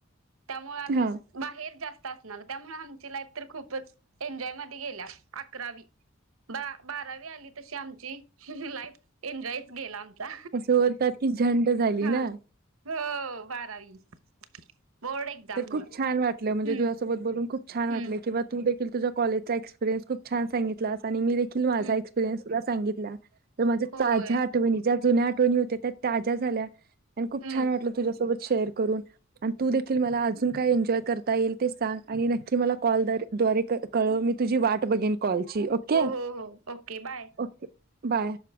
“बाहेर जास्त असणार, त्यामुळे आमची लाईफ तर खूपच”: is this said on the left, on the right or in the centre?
Right